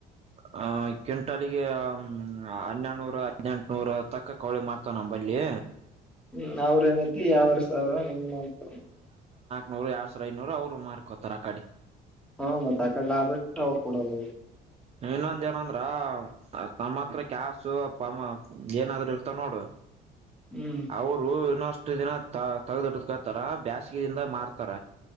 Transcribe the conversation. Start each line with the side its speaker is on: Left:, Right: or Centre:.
Right: ಹ <inaudible> ಆ ಕ್ವಿಂಟಲ್ಹನ್ನೆಡುನೂರ ಹದ್ನೆಂಟನೂರ ತಕ್ಕ ಕೋಳಿ ಮಾಡ್ತವ ನ ಬಲ್ಲಿ.
Centre: ಹ್ಮ್ ಅವ್ರ ಏನತಿ ಯಾವರ್ಸ ಅವ್ರ ಹೆಂಗ್ ಮಾಡ್ತ.
Right: ನೂರು ಎರಡ್ ಸಾವಿರ ಐನೂರು ಅವ್ರು ಮಾರ್ಕೋತಾರ ಆ ಗಾಡಿ.
Centre: ಹಾ ಮತ್ತತ್ ಆ ಕಡೆ ಆಬಿಟ್ಟು ಅವ್ರು ಕೊಡಲ್ಲ
Right: ಇನ್ನೊಂದ ಏನಂದ್ರ ನಮ್ಮ ಹತ್ರ ಕಾಸು ಅ ಪ ಏನಾದ್ರೂ ಇರ್ತ ನೋಡು
Centre: ಹ್ಮ್
Right: ಅವರು ಇನ್ನೊಷ್ಟು ದಿನ ತ ತಗ್ದಿಡಕೊತಾರ ಬೇಾಸಿಗೆದಿಂದ ಮಾರ್ತಾರ